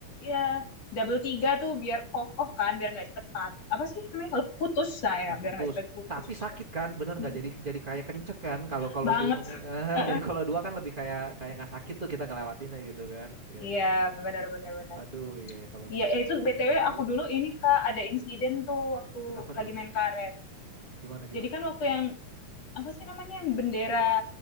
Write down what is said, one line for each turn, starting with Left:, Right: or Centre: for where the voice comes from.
Left: ya double tiga tuh biar kokoh kan, biar nggak cepet pat. Apa sih namanya? Lep- Putus saya,
Right: nggak
Left: biar
Right: putus
Left: nggak cepet putus.
Right: tapi sakit kan bener nggak
Left: Mm-mm.
Right: jadi jadi kayak kenceng kan kalau kalau
Left: Banget.
Right: dua <laughs>
Left: Heeh.
Right: jadi kalau dua kan lebih kayak kayak nggak sakit tuh kita ngelewatinnya gitu kan ya
Left: Iya,
Right: ya
Left: benar-benar benar.
Right: aduh iya iya. kalau
Left: Iya, eh, itu BTW
Right: yang zaman
Left: aku
Right: dulu
Left: dulu ini Kak ada insiden tuh waktu
Right: kenapa
Left: lagi
Right: tuh
Left: main karet.
Right: gimana gimana
Left: Jadi kan
Right: coba
Left: waktu
Right: cerita
Left: yang apa sih namanya yang bendera